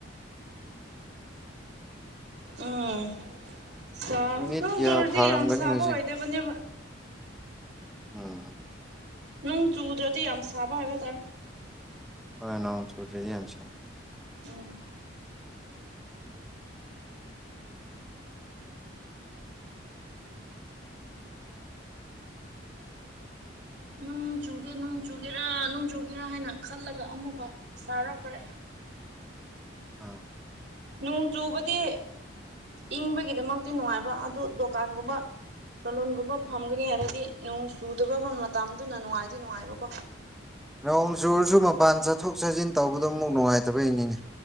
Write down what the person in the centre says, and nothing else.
ꯃꯤꯅꯤꯠ
ꯀꯌꯥ
ꯐꯥꯔꯝꯒꯅꯤ
ꯍꯧꯖꯤꯛ
ꯑꯥ
ꯍꯣꯏ ꯅꯣꯡ ꯆꯨꯗ꯭ꯔꯗꯤ ꯌꯥꯝ ꯁꯥꯢ
ꯑꯥ
ꯅꯣꯡ ꯆꯨꯔꯁꯨ ꯃꯄꯥꯟ ꯆꯠꯊꯣꯛ ꯆꯠꯁꯤꯟ ꯇꯧꯕꯗꯣ ꯑꯃꯨꯛ ꯅꯨꯡꯉꯥꯏꯇꯕꯩꯅꯤꯅꯦ